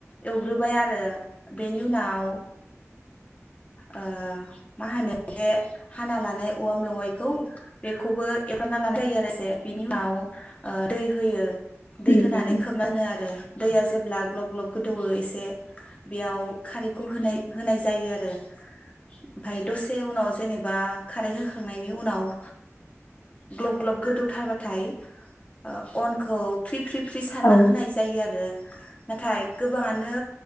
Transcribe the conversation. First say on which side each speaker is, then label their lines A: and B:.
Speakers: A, on the left; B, on the left.
A: एव बुग्रोबाय आरो बेनि उनाव। ओ मा होनो बे हाना लानाय औवा मेवाइखौ बेखौबो एवखना <unintelligible> लानाय जायो आरो बिनि उनाव दै होयो।
B: उम
A: दै होनानै
B: उम
A: खोबनानै थोनो आरो दैया जेब अब्ला ग्लब ग्लब गोदौवो एसे बेयाव खारैखौ होनाय होनाय जायो आरो। ओमफ्राय दसे उनाव जेनेबा खारै होखांनायनि उनाव ओ ग्लब ग्लब गोदौथारबाथाय अह अनखौ फ्रि फ्रि फ्रि सारना
B: औ उम
A: होनाय जायो आरो। नाथाय गोबाङानो।